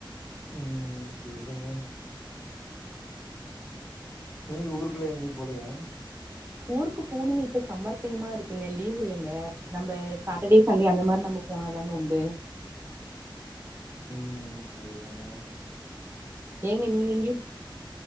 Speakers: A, on the left; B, on the right.
A: ம் செரிங்க நீங்க ஊருக்குள்ள எங்கயு போலையா
B: ஊருக்கு போனுங்க இப்போ சம்மர் டைமா இருக்குங்க லீவ் இல்லைங்க நம்ப சாட்ட டே சண்டே அந்த மாதிரி நம்போ போனாதாங்க உண்டு
A: உம் செரிங்க
B: ஏங்க நீங்க எங்கயு